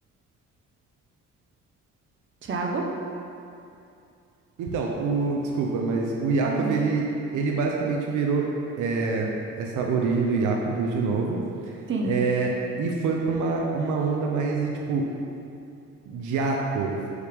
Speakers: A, on the right; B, on the right.
A: Tiago?
B: Então, o. Desculpa, mas o Iakov,
A: Imagino.
B: ele, ele basicamente virou é, essa origem do Jacobus de novo.
A: Sim.
B: é, e foi pra uma, uma onda mais, e, tipo, Jacov.